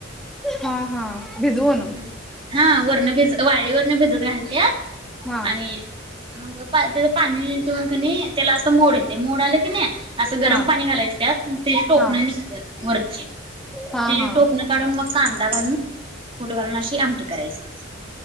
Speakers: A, in the centre; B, on the right.
A: हा हा. भिजवून.
B: हम्म. हा वरण भिज, वाळी वरण भिजत घालत्यात.
A: हा
B: आणि, मग त्याच पाणी तु कणी, त्याला असं मोड येते मोड आले कणी. असं गरम
A: हा
B: पाणी घालायचं त्यात, तिची टोपणं
A: हा
B: निघतात वरची ते
A: हा हा
B: टोकणं. काढून मग कांदा घालून. कुट घालून अशी आमटी करायची.